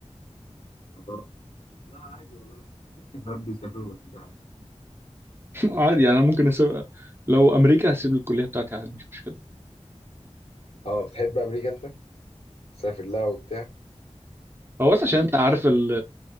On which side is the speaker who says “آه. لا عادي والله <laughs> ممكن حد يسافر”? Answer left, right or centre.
Left